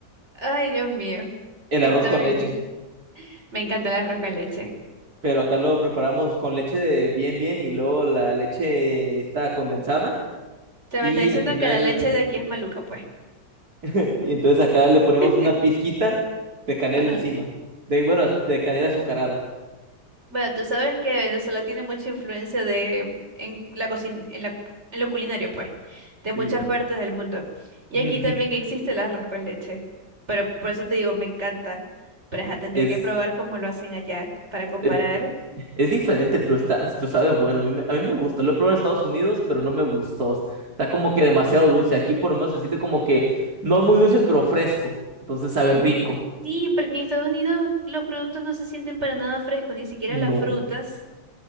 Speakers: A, on the right; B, on the right.
A: Ay, Dios mío.
B: el
A: Está
B: arroz con
A: bien.
B: leche,
A: Me encanta el arroz con leche.
B: pero acá lo preparamos con leche de bien, bien y luego la leche está condensada
A: O sea,
B: y
A: me está diciendo
B: al final...
A: que la leche de aquí es maluca, pues.
B: <laughs> Y entonces acá le ponemos
A: <laughs>
B: una pizquita de canela
A: Ajá.
B: encima. De, bueno, de canela azucarada.
A: Bueno, tú sabes que Venezuela tiene mucha influencia de en la cocina, en la, en lo culinario, pues, de
B: Sí.
A: muchas partes del mundo. Y
B: <laughs>
A: aquí también existe el arroz con leche. Pero por eso te digo, me encanta. Pero ajá, tendría
B: Es,
A: que probar cómo lo hacen allá para comparar.
B: es, es diferente, pero está, pero sabe bueno. A mí me, a mí me gusta. Lo he probado en Estados Unidos, pero no me gustó. Está como que demasiado dulce. Aquí por lo menos se siente como que no muy dulce, pero fresco. Entonces sabe rico.
A: Sí, porque en Estados Unidos los productos no se sienten para nada frescos, ni siquiera
B: No.
A: las frutas,